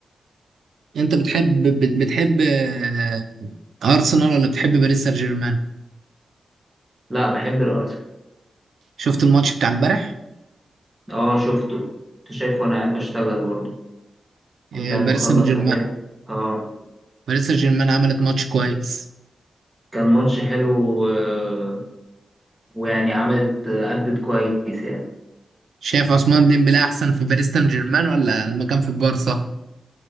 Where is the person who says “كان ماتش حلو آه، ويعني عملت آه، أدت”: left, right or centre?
Right